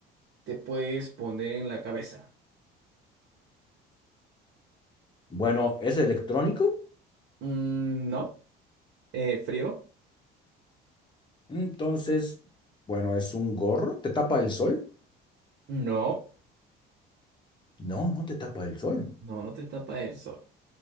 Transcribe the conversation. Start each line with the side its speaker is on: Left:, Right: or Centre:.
Right: te puedes poner en la cabeza.
Left: Bueno, ¿es electrónico?
Right: Mm, no. Eh, ¿frío?
Left: Entonces, bueno, ¿es un gorro? ¿Te tapa el sol?
Right: No.
Left: No, no te tapa el sol.
Right: No, no te tapa el sol.